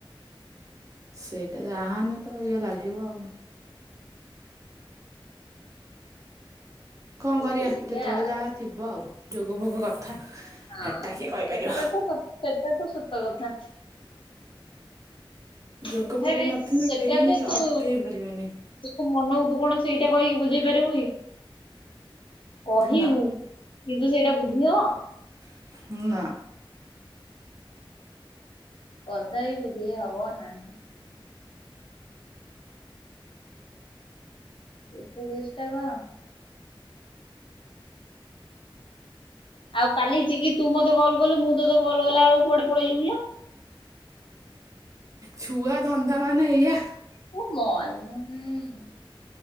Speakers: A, on the right (about 35°); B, on the left (about 70°).
A: ସେଇଟା ଯାହାହେନେ ତ ଇଏ ଲାଗିବ ଆଉ। କଣ
B: ତ
A: କରିବା
B: ସେଇଟା
A: ଯେତେବେଳେ ଯାହା ଥିବ ଆଉ ଯୋଗ ଭୋଗ କଥା।
B: ହଁ
A: ହେଟା କିଏ କହିପାରିବ?
B: ସେଟା ତ‌ ସ ସେଟା ତ ସତ କଥା। ତଥା
A: ଯୋଗ ଫୋଗ
B: ବିି
A: ନଥିଲେ
B: ସେଟା
A: କେହି
B: ତ ତୁ
A: ଅଟକେଇ ପାରିବେନି।
B: ତୁ ମନଉ ତୁ କଣ ସେଇଟା କହିକି ବୁଝେଇ ପାରିବୁ କି? କହିବୁ
A: ନା
B: କିନ୍ତୁ ସେଇଟା ବୁଝିହବ?
A: ହ ନା।
B: କଦାପି ବୁଝି ହବ ନାହିଁ। ଯେତେ ଚେଷ୍ଟା କର ଆଉ କାଲି ଚିକି ତୁ ମତେ କଲ କଲୁ ମୁଁ ତତ କଲ୍ ଗଲା ବେଳକୁୁଆଡେ ପଳେଇଲୁ କିଲୋ?
A: ଛୁଆ ଧନ୍ଦା ମାନେ ଏଇଆ।
B: ତୁ <unintelligible>